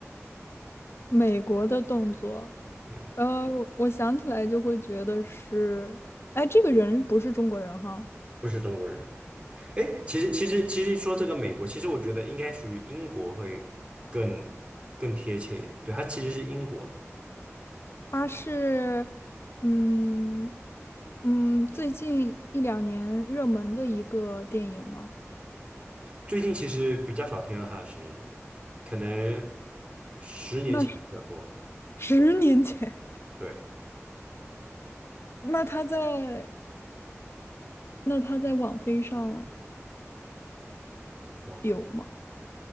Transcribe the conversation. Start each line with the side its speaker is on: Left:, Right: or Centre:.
Left: 美国的动作，
Right: 嗯，
Left: 呃，我我想起来就会觉得是，哎，这个人不是中国人哈，
Right: 不是中国人。哎，其实其实其实说这个美国，其实我觉得应该属于英国会更更贴切一点，对，他其实是英国的，
Left: 他是，嗯嗯，最近一两年热门的一个电影吗？
Right: 最近其实比较少听到他的声音，可能十年前比较多，
Left: 那是十年前，
Right: 对，
Left: 那他在那他在网飞上。
Right: 哇，
Left: 有吗？